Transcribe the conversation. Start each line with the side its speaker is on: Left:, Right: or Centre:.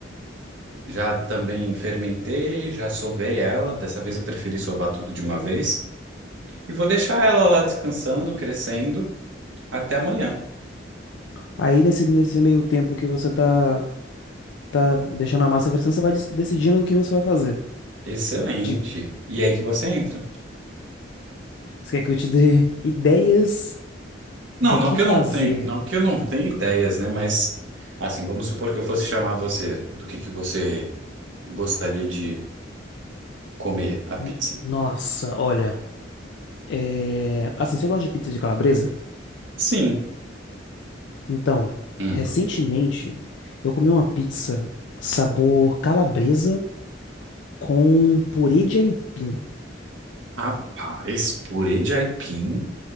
Right: Já também fermentei, já sovei ela. Dessa vez eu preferi sovar tudo de uma vez. E vou deixar ela lá descansando, crescendo, até amanhã.
Left: Aí nesse, nesse meio tempo que você tá, tá deixando a massa crescendo, você vai des- decidindo o que você vai fazer.
Right: Excelente.
Left: De-
Right: E é aí que você entra.
Left: você quer que eu te dê ideias
Right: Não,
Left: do
Right: não
Left: que
Right: que
Left: fazer?
Right: eu não tenha, não que eu não tenha ideias, né? Mas assim, vamos supor que eu fosse chamar você do que que você gostaria de comer a pizza.
Left: N- Nossa, olha. é, Assim, você gosta de pizza de calabresa?
Right: Sim.
Left: Então,
Right: Hum.
Left: recentemente eu comi uma pizza sabor calabresa com purê de aipim.
Right: Rapaz, purê de aipim